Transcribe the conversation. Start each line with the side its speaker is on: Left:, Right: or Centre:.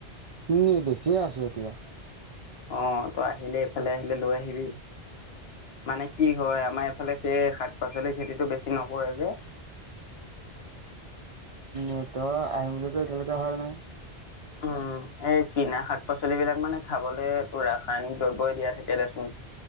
Right: উম বেছিয়ে আছো এতিয়া
Left: অ' তই আহিলে এফালে আহিলে লৈ আহিবি মানে কি হয় আমাৰ এইফালে সেই শাক পাচলিৰ খেতিটো বেছি নকৰে যে <inaudible>
Right: উ ত আহিম বুলি কয় এতিয়ালেকে অহাই নাই
Left: উম এই কিনা শাক পাচলিবিলাক মানে খাবলৈটো ৰাসায়নিক দ্ৰব্যই দিয়া থাকে দেচোন